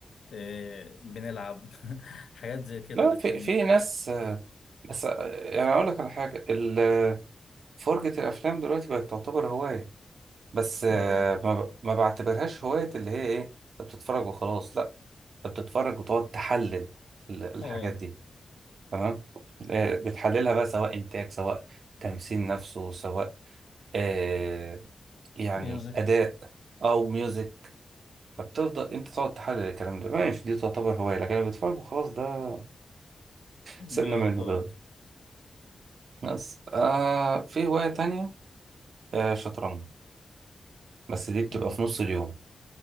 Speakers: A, on the left (about 80°); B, on the right (about 75°).
A: إيه، بنلعب <laughs> حاجات زي كده
B: لا
A: لكن
B: في في ناس آه، بس آه، يعني اقول لك على حاجة ال- آه، فرجة الافلام دلوقتي بقت تعتبر هواية بس آه،
A: اه
B: ما ب- ما بعتبرهاش هواية اللي هي ايه انت بتتفرج وخلاص لا فبتتفرج وتقعد تحلل ال- الحاجات
A: اه
B: دي تمام آه، بتحللها بقى سواء إنتاج سواء تمثيل نفسه سواء آه يعني
A: ميوزك
B: أداء أو ميوزك فبتفضل أنت تقعد تحلل الكلام ده ماشي دي تعتبر هواية لكن أنا بتفرج وخلاص ده سيبنا
A: بيقضي
B: منه
A: وقت
B: دلوقتي بس آه في هواية تانية آه شطرنج بس دي بتبقى
A: أمم.
B: في نص اليوم